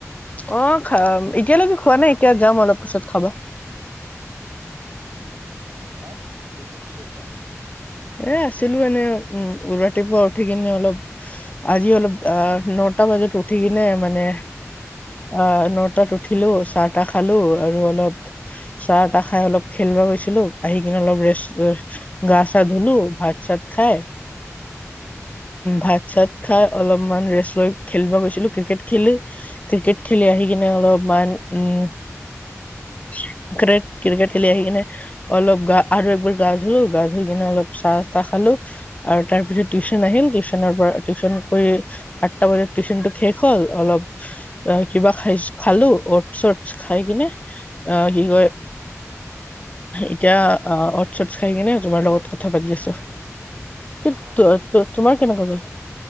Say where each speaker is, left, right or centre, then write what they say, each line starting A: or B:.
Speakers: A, on the left; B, on the right.
A: অ', খা এতিয়ালৈকে খোৱা নাই, এতিয়া যাম অলপ পিছত খাবা।
B: উম, <unintelligible> দিনটো কি কৰিলা?
A: এ আছিলো এনে। উম, উ ৰাতিপুৱা উঠি কিনে অলপ আজি অলপ আহ, নটা বজাত উঠি কিনে মানে আহ নহ তাত উঠিলো, চাহ তাহ খালো আৰু অলপ চাহ তাহ খাই অলপ খেলিব গৈছিলো আহি কিনে অলপ ৰেষ্ট, গা-চা ধুলো ভাত চাত খাই ভাত চাত খাই অলপমান ৰেষ্ট লৈ খেলিব গৈছিলো, ক্ৰিকেট খেলি ক্ৰিকেট খেলি আহি কিনে অলপমান, উম। <unintelligible> ক্ৰিকেট খেলি আহি কিনে অলপ গা আৰু একবাৰ গা ধুলো, গা ধুই কিনে অলপ চাহ চাহ খালো, আৰু তাৰ পিছত টিউচন আহিল টিউচনৰ পৰা টিউচন কৰি, আঠটা বজাত টিউচনটো শেষ হ'ল অলপ অ', কিবা খাই খালো, অটছ চটছ খাই কিনে
B: <unintelligible>
A: অ কি কয় এতিয়া অটছ-চটছ খাই কিনে, তোমাৰ লগত কথা পাতি আছো। <unintelligible>
B: অ
A: তোমাৰ কেনেকুৱা গ'ল?